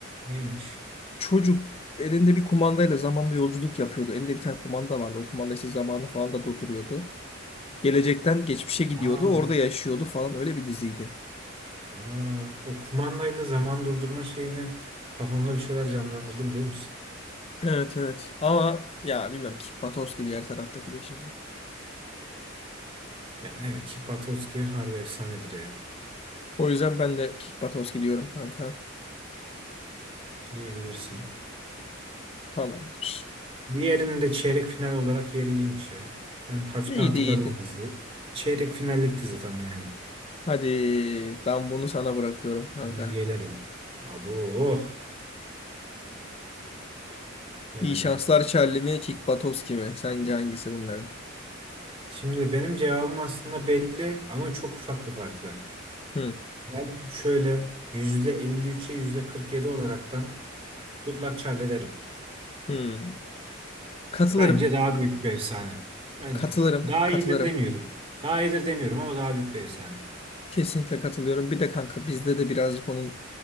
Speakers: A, on the right; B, on the left.
A: Neymiş?
B: çocuk elinde bir kumandayla zamanda yolculuk yapıyordu. Elinde bir tane kumanda vardı. O kumanda işte zamanı falan da durduruyordu. Gelecekten geçmişe gidiyordu.
A: Aa,
B: Orada yaşıyordu falan. Öyle bir diziydi.
A: aa, o kumandayla zaman durdurma şeyini kafamda bir şeyler canlandırdı biliyor musun?
B: Evet evet. Ama ya bilmem Kick Buttowski diğer taraftaki de şimdi.
A: Yani evet ki Patowski harbi efsanedir ya
B: O yüzden ben de Kick Buttowski diyorum kanka.
A: diyebilirsin.
B: Tamamdır.
A: Diğerinin de çeyrek final olarak yeri iyiymiş ya. Ben hafiften
B: İyiydi
A: hatırladım
B: iyiydi.
A: o diziyi. Çeyrek finallik dizi tam yani.
B: Hadi ben bunu sana bırakıyorum kanka.
A: Şimdi gelelim. Abo oh. yani.
B: İyi şanslar Charlie mi, Kick Buttowski mi? Sence hangisi bunların?
A: Şimdi benim cevabım aslında belli ama çok ufak bir farkla.
B: Hı,
A: Ben şöyle %53'e %47 olaraktan Good Charlie derim.
B: hı. Katılırım,
A: Bence daha büyük bir efsane. Bence
B: katılırım,
A: daha
B: katılırım.
A: iyidir demiyorum. Daha iyidir demiyorum ama daha büyük bir efsane.
B: Kesinlikle katılıyorum. Bir de kanka bizde de birazcık onun